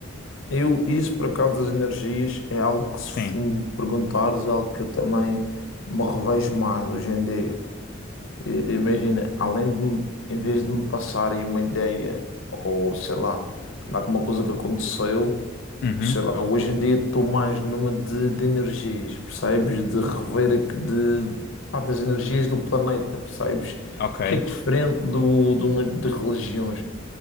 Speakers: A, on the left (about 85°); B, on the left (about 55°).
A: eu, isso por acaso das energias é algo que, se
B: Sim.
A: f- me perguntares, é algo que eu também me revejo mais hoje em dia. E- Imagina, além de, me- em vez de me passarem uma ideia, ou sei lá, de alguma coisa que aconteceu.
B: Uhum.
A: sei lá, hoje em dia estou mais numa de, de energias, percebes? De rever aqui de, pá, das energias do planeta, percebes?
B: Ok.
A: Que é diferente do, de, uma, de religiões.